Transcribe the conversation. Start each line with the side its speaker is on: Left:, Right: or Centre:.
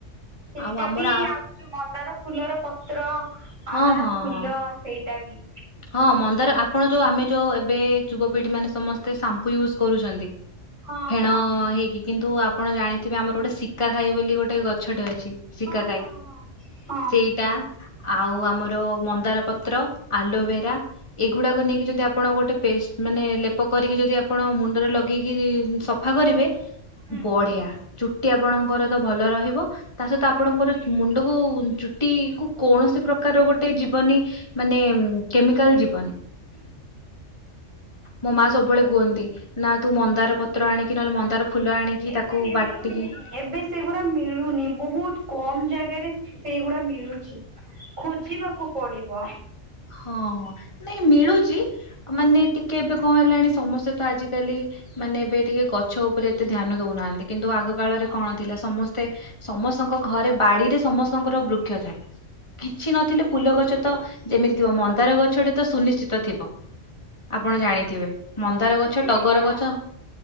Right: ସେଇଟା
Left: ଆଉ ଆମର
Right: ବି ଆଉ ଯୋଉ ମନ୍ଦାର ଫୁଲର ପତ୍ର ଆଉ
Left: ହଁ
Right: ତାର
Left: ହଁ
Right: ଫୁଲ।
Left: ହଁ
Right: ସେଇଟା ବି।
Left: ହଁ ମନ୍ଦାର ଆପଣ ଯୋଉ ଆମେ ଯୋଉ ଏବେ ଯୁବପିଢି ମାନେ ସମସ୍ତେ ସାମ୍ପୁ ୟୁଜ କରୁଛନ୍ତି।
Right: ହଁ
Left: ଫେଣ
Right: ହଁ।
Left: ହେଇକି କିନ୍ତୁ ଆପଣ ଜାଣିଥିବେ ଆମର ଗୋଟେ ଶିକା ଖାଇ ବୋଲି ଗୋଟେ ଗଛଟେ ଅଛି। ଶିଖା
Right: ହଁ
Left: କାଇ
Right: ହଁ ହଁ ହଁ
Left: ସେଇଟା। ଆଉ ଆମର ମନ୍ଦାର ପତ୍ର, ଆଲୋଭେରା
Right: ହଁ
Left: ଏଇଗୁଡାକୁ
Right: ହଁ
Left: ନେଇକି ଯଦି ଆପଣ ଗୋଟେ ପେଷ୍ଟ ମାନେ ଲେପ କରିକି ଯଦି ଆପଣ ମୁଣ୍ଡରେ ଲଗେଇକିରି ସ ସଫା କରିବେ
Right: ହୁଁ
Left: ବଢିଆ ଚୁଟି ଆପଣଙ୍କର ତ ଭଲ ରହିବ। ତା ସହିତ
Right: ହୁଁ
Left: ଆପଣଙ୍କର ମୁଣ୍ଡ କୁ ଚୁଟି କୁ କୌଣସି ପ୍ରକାର ଗୋଟେ ଯିବନି ମାନେ କେମିକାଲ ଯିବନି। ମୋ ମା ସବୁବେଳେ କୁହନ୍ତି ନା ତୁ ମନ୍ଦାର ପତ୍ର ଆଣିକି ନହେଲେ ମନ୍ଦାର ଫୁଲ ଆଣିକି
Right: ଏବେ
Left: ତାକୁ
Right: ମିଳୁନି
Left: ବାଟିକି
Right: ଏବେ ସେଗୁରାଆ ମିଳୁନି ବହୁତ କମ ଜାଗାରେ ସେଇଗୁରା ମିଳୁଛି ଖୋଜିବାକୁ ପଡିବ
Left: ହଁ ନାଇଁ ମିଳୁଛି ମାନେ ଟିକେ ଏବେ କଣ ହେଲାଣି ସମସ୍ତେ ତ ଆଜିକାଲି ମାନେ ଏବେ ଟିକେ ଗଛ ଉପରେ ଏତେ ଧ୍ୟାନ ଦଉନାହାନ୍ତି କିନ୍ତୁ ଆଗ କାଳରେ
Right: ହଁ
Left: କଣ ଥିଲା ସମସ୍ତେ ସମସ୍ତଙ୍କ ଘରେ ବାଡିରେ ସମସ୍ତଙ୍କର ବୃକ୍ଷ ଥାଏ କିଛି ନଥିଲେ ଫୁଲ ଗଛ ତ ଯେମିତି ଥିବ ମନ୍ଦାର ଗଛଟେ ତ ସୁନିଶ୍ଚିତ ଥିବ ଆପଣ ଜାଣିଥିବେ ମନ୍ଦାର ଗଛ
Right: ସେଇଟା
Left: ଟଗର ଗଛ